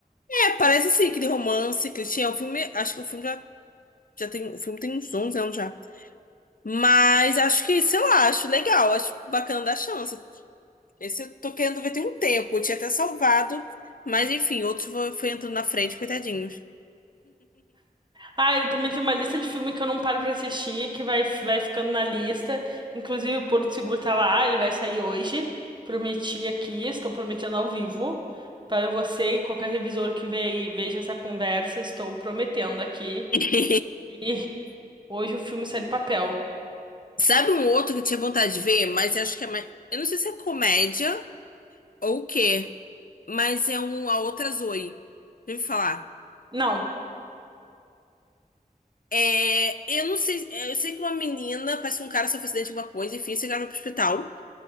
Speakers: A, on the left; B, on the right.
A: É, parece sim, aquele romance, que tinha O filme, acho que o filme já, já tem, o filme tem uns 11 anos já. Mas acho que, sei lá, acho legal, acho bacana dar chance. Esse eu tô querendo ver tem um tempo, eu tinha até salvado, mas enfim, outros foi, foi entrando na frente, coitadinhos.
B: Ah, eu também tenho uma lista de filme que eu não paro pra assistir, que vai, vai ficando na lista. Inclusive, o Porto Seguro tá lá, ele vai sair hoje. Prometi aqui, estou prometendo ao vivo. Para você e qualquer revisor que ve- veja essa conversa, estou prometendo aqui.
A: <laughs>
B: E hoje o filme sai do papel.
A: Sabe um outro que eu tinha vontade de ver, mas acho que é mais. Eu não sei se é comédia ou o quê, mas é um A Outra Zoe. Já ouviu falar?
B: Não.
A: É, eu não sei, é, eu sei que uma menina, parece que um cara sofreu acidente de alguma coisa, enfim, esse cara foi pro hospital.